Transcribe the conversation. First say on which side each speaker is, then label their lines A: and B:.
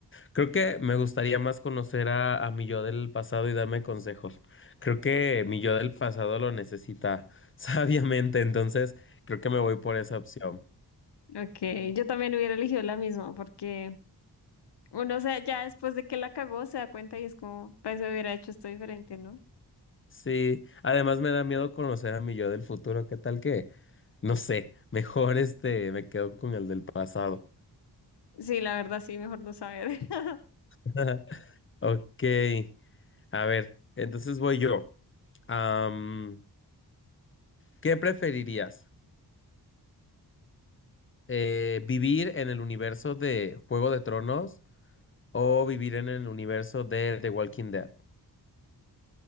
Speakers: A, on the left; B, on the left.
A: creo que me gustaría más conocer a, a mi yo del pasado y darme consejos. Creo que mi yo del pasado lo necesita <laughs> sabiamente, entonces creo que me voy por esa opción.
B: Ok, yo también hubiera elegido la misma porque Uno, o sea, ya después de que la cagó se da cuenta y es como, pues hubiera hecho esto diferente, ¿no?
A: Sí, además me da miedo conocer a mi yo del futuro. ¿Qué tal que? No sé, mejor este, me quedo con el del pasado.
B: Sí, la verdad sí, mejor no saber. <laughs>
A: <laughs> Ok, a ver, entonces voy yo. Am, ¿qué preferirías? Eh, ¿vivir en el universo de Juego de Tronos o vivir en el universo de The Walking Dead?